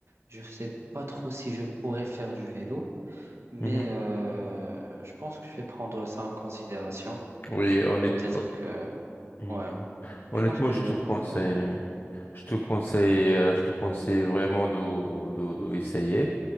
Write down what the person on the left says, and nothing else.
Mhm.
Oui, honnête...
oh,
mhm.
honnêtement,
je
te
conseille,
oui. Je te conseille, euh, je te conseille vraiment de, de, de essayer.